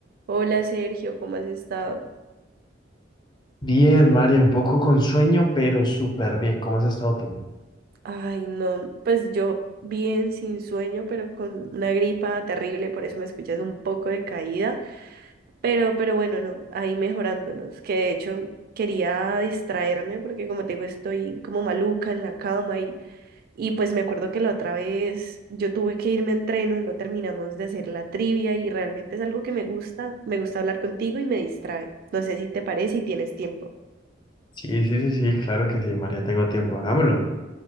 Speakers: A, on the right; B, on the left.
A: Hola Sergio, ¿cómo has estado?
B: Bien, María, un poco con sueño, pero súper bien. ¿Cómo has estado tú?
A: Ay, no, pues yo bien, sin sueño, pero con una gripa terrible, por eso me escuchas un poco de caída, pero, pero bueno, no, ahí mejorándonos, que de hecho quería distraerme porque como te digo, estoy como maluca en la cama y, y pues me acuerdo que la otra vez yo tuve que irme a entreno, no terminamos de hacer la trivia y realmente es algo que me gusta, me gusta hablar contigo y me distrae. No sé si te parece y tienes tiempo.
B: Sí, sí, sí, sí, claro que sí, María, tengo tiempo, hagámoslo.